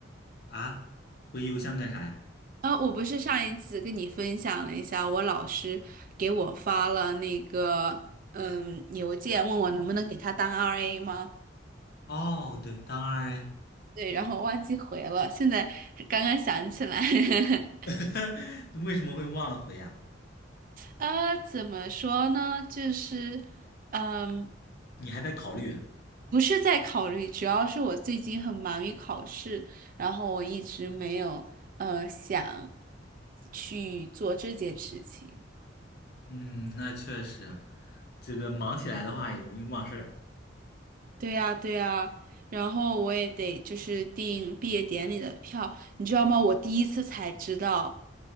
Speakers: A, on the left; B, on the right.
A: 啊，回邮箱干啥呀？
B: 呃，我不是上一次跟你分享了一下，我老师给我发了那个嗯邮件，问我能不能给他当 RA 吗？
A: 哦，对，当然呀。
B: 对，然后忘记回了，现在刚刚想起来。<laughs>
A: <laughs> 为什么会忘了回呀？
B: 呃，怎么说呢？就是，嗯，
A: 你还在考虑啊
B: 不是在考虑，主要是我最近很忙于考试，然后我一直没有呃想去做这件事情。
A: 嗯，那确实，这个忙起来的话也容易忘事儿
B: 对呀，对呀，然后我也得就是订毕业典礼的票，你知道吗？我第一次才知道，